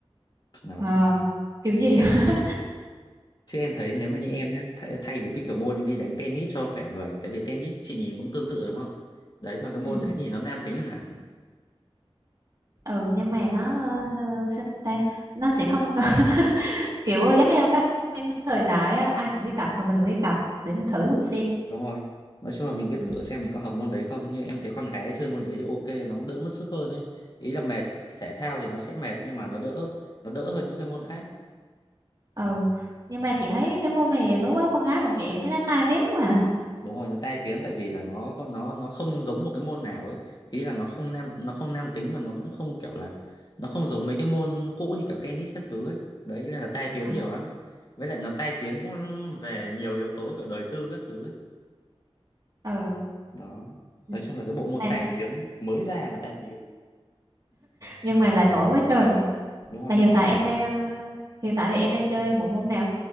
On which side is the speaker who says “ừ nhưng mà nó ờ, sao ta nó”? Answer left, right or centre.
Right